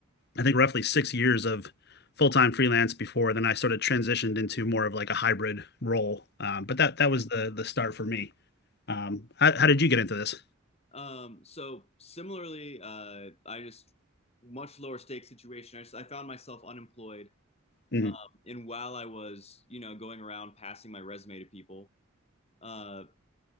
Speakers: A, on the left; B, on the left.
A: I think roughly six years of full-time freelance before then I sort of transitioned into more of like a hybrid role. Um, but that that was the the start for me. Um, how, how did you get into this?
B: Um, so similarly, uh, I just much lower stakes situation. I just I found myself unemployed,
A: Mm.
B: um, and while I was, you know, going around passing my resume to people, uh,